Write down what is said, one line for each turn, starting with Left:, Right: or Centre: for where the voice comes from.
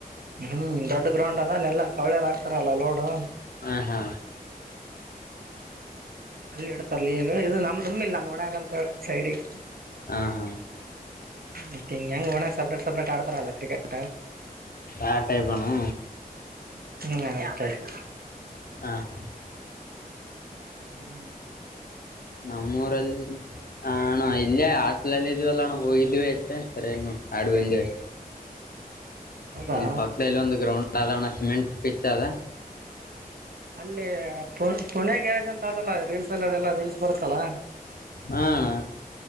Right: ಹ್ಮ್ ದೊಡ್ಡ ಗ್ರೌಂಡ್ ಅದ ಅಲ್ಲೆಲ್ಲ ಕವಳ್ಯದ ಹಾಕತಾರಲ್ಲ ಲೋಡು.
Left: ಹ ಹಾ
Right: ಅಲ್ಲಿ ಇಡ್ತಾರಲಿ ಈಗ ಇದು ನಮ್ ತುಮ್ಮ ಇಲ್ಲ ಮೊನ್ಯಾಗ್ ಅಂತ <unintelligible> ಸೈಡ್ಗಿ.
Left: ಹ ಹಾ
Right: ಮತ್ತ ಹಿಂಗ ಹೆಂಗ ಒನ್ಯಾಗ ಸಪ್ರೇಟ್ ಸಪ್ರೇಟ್ ಆಡ್ತಾರಲ್ಲ ಕ್ರಿಕೆಟ್.
Left: ಆ ಟೈಪ್ ಅನು.
Right: ಹ್ಮ್ ಆಯ್ತ ಆಯ್ತ.
Left: ಹಾ ಹಾ
Right: ಹ್ಮ.
Left: ನಮ್ಮೂರಲ್ಲಿ. ಹ ಅಣ್ಣಾ ಇಲ್ಲೇ ಹಾಸ್ಟೆಲ್ಲಿ ಇದ್ವಿಲ್ಲಣ ಹೋಗಿದ್ವಿ. <unintelligible> ಸರಿಯಾಗಿ ನೋಡ್ ಆಡುವೆಂದ.
Right: ಹೌದಾ
Left: ಇಲ್ಲಿ ಪಕ್ಕದಲ್ಲಿ ಒಂದ ಗ್ರೌಂಡ್. ಸಾದರಣ ಸಿಮೆಂಟ್ ಪಿಚ್ ಅದ.
Right: ಅಲ್ಲಿ ಪು ಪುಣೆ ಗ್ಯಾರೇಜ್ ಅಂತ ಅದಲ್ಲ ರೀಲ್ಸ್ ಅಲ್ಲ ಅದೆಲ್ಲ ರೀಲ್ಸ್ ಬರುತ್ತಲ್ಲ.
Left: ಹ ಅಣ್ಣಾ.